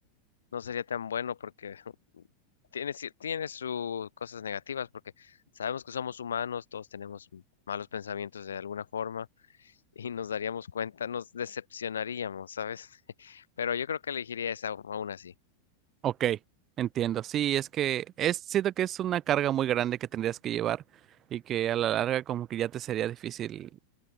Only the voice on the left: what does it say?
no sería tan bueno porque <laughs> tiene, ci- tiene sus cosas negativas, porque sabemos que somos humanos, todos tenemos malos pensamientos de alguna forma <laughs> y nos daríamos cuenta, nos decepcionaríamos, ¿sabes? <laughs> Pero yo creo que elegiría esa au- aún así.